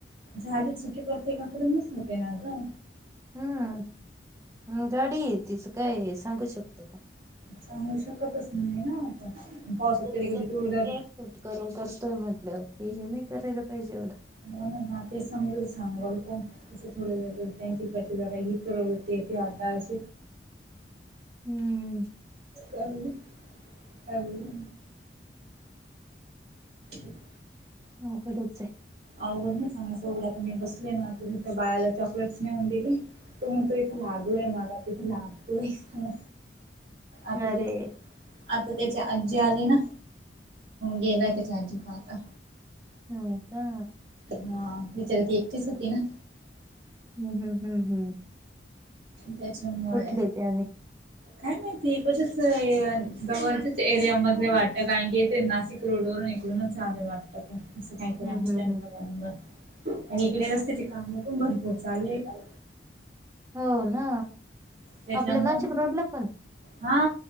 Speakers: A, on the right (about 65°); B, on the right (about 15°).
A: झाले चुकी प्रत्येकाकडूनच होते ना ग
B: हम्म गाडी आहे तिचं काय सांगू शकतो का.
A: सांगू शकतच नाही ना. आपण पावसात
B: त्यांचं
A: कधी कधी टू व्हीलर
B: करून करतोय म्हटलंवर ते हे नाही करायला पाहिजे एवढं
A: हो ना ते समजून सांगल कोण कसं थोडे ज त्यांची इकडची जरा ही प्रवृती तेे आता अस
B: हम्म
A: काय बोलले <inaudible>
B: हो कडंच आहे
A: अवघड नाही चौघडा मी बसले ना त त्या बाळाला चॉकलेटस नेऊन दिले. तुम तो इथे लागलोय मला तिथे लागलय मला आता
B: अरे
A: त्याच्या आता त्याच्या आजी आली ना गेलाय त्याच्या आजीकडे आता
B: हो का
A: हा बिचार होती एकटीच होती ना.
B: हम्म हम्म हम्म हम्म
A: त्याच्यामुळे
B: कुठले ते आणि
A: काय माहिती कसच जवळच्याच एरिया मधले वाटत कारण की येथे नाशिक रोड इकडूनच आले वाटत असं काहीतरी
B: हम्म
A: आहे.
B: हम्म हम्म
A: आणि इकडे रस्त्याचे काम पूर्णभरपूर चाले आहे.
B: हो ना
A: त्याच्यामुळे
B: आपल्या नाशिक रोडला पण
A: हा